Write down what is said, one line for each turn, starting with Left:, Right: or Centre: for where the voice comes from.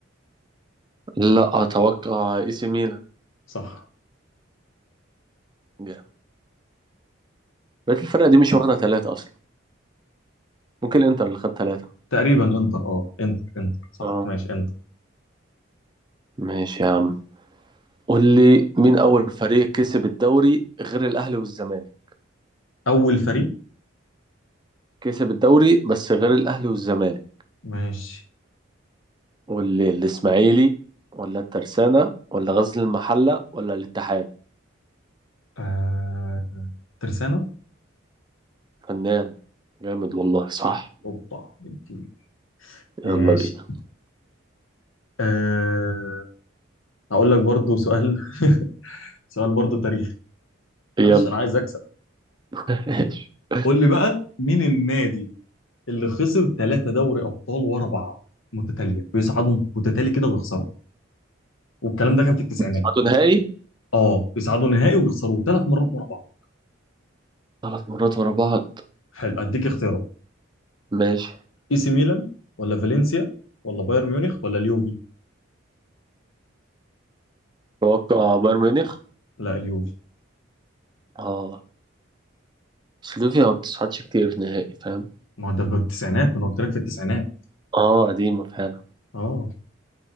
Right: لا اتوقع اي سي ميلان
Left: صح
Right: جامد بقيت الفرقة دي مش واخدة ثلاثة اصلا ممكن الانتر اللي خد ثلاثة
Left: تقريبا انتر اه انتر انتر صح
Right: اه
Left: ماشي انتر
Right: ماشي يا عم قول لي مين اول فريق كسب الدوري غير الاهلي والزمالك
Left: اول فريق
Right: كسب الدوري بس غير الاهلي والزمالك
Left: ماشي
Right: قول لي الاسماعيلي ولا الترسانة ولا غزل المحلة ولا الاتحاد
Left: آه... ترسانة
Right: فنان جامد والله صح
Left: اوبا اديني ماشي
Right: يلا بينا
Left: آه... هقول لك برضو سؤال <laughs> سؤال برضو تاريخي معلش
Right: يلا
Left: انا عايز اكسب
Right: <laughs>
Left: قول لي بقى مين النادي اللي خسر ثلاثة دوري ابطال ورا بعض متتالية بيصعدوا متتالي كده ويخسروا والكلام ده كان في التسعينات
Right: صعدوا نهائي
Left: اه بيصعدوا نهائي ويخسروا ثلاث مرات ورا بعض
Right: ثلاث مرات ورا بعض
Left: حلو اديك اختيارات
Right: ماشي
Left: اي سي ميلان ولا فالنسيا ولا بايرن ميونخ ولا اليوفي
Right: توقع بايرن ميونخ
Left: لا اليوفي
Right: اه سلوفيا ما بتصعدش كتير نهائي فاهم
Left: ما هو ده في التسعينات ما انا قلت لك في التسعينات
Right: اه قديمة فعلا
Left: اه